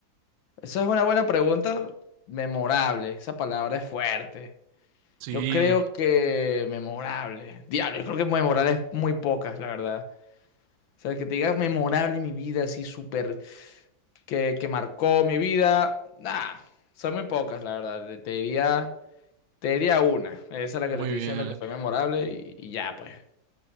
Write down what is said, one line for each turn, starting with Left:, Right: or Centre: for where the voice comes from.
Left: Esa es una buena pregunta. Memorable. Esa palabra es fuerte.
Right: Sí,
Left: Yo creo que memorable. Diablo, yo creo que memorable es muy pocas, la verdad. O sea, que te digas memorable en mi vida, así súper. que, que marcó mi vida, nah, son muy pocas, la verdad. Te diría, te diría una. Esa es la que
Right: muy
Left: te estoy
Right: bien.
Left: diciendo que fue memorable y, y ya, pues.